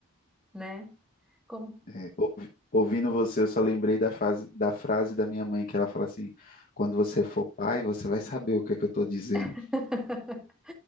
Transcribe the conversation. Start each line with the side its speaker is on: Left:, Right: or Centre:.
Centre: né? Como?
Left: É, ou- ouvindo você, eu só lembrei da, fase, da frase da minha mãe, que ela fala assim: quando você for pai, você vai saber o que é que eu estou dizendo.
Centre: <laughs>